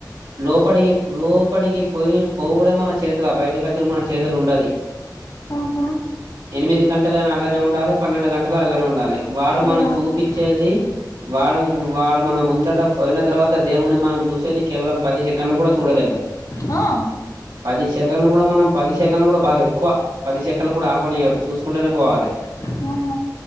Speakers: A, on the right; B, on the left.
A: లోపడి లోపడికి పోయి పోవడమే మనచేతుల బయటకి వచ్చడం మన చేతులు ఉండదు.
B: ఆహ
A: ఎనిమిది గంటలైనా అలానే ఉండాలి. పన్నెండు గంటల అలానే ఉండాలి. వాడు
B: అరే
A: మనం
B: బాప్రే
A: చూపిచ్చేది వాడు వాడు మనం ముందట పోయిన తర్వాత దేవున్ని మనం చూసేది కేవలం పది సెకండ్లు కూడా చూడలేము
B: ఆ
A: పది సెకండ్లు కూడా మనం పది సెకండ్లు కూడా బాగా ఎక్కువ పది సెకండ్లు కూడా ఆపనియ్యడు. చూసుకుంటేనే పోవాలె.
B: ఆ